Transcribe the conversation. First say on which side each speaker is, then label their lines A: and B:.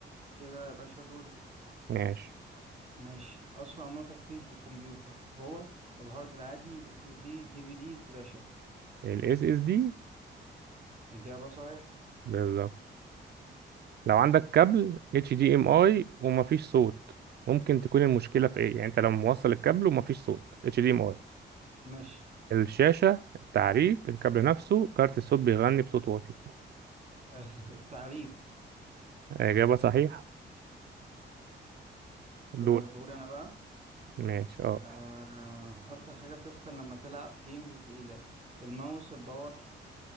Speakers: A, on the right; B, on the right.
A: كده يا باشا دوري
B: ماشي
A: ماشي أسرع نوع تخزين في الكمبيوتر هو الهارد العادي ال SSD ال DVD الفلاشة
B: ال SSD
A: إجابة صحيح
B: بالظبط لو عندك كابل HDMI ومفيش صوت ممكن تكون المشكلة في إيه يعني أنت لو موصل الكابل ومفيش صوت HDMI
A: ماشي
B: الشاشة التعريف الكابل نفسه كارت الصوت بيغني بصوت واطي
A: <laughs> التعريف
B: إجابة صحيحة
A: كده
B: دور
A: دوري أنا بقى
B: ماشي اه
A: آه، أكتر حاجة بتسخن لما تلعب جيمز تقيلة الماوس الباور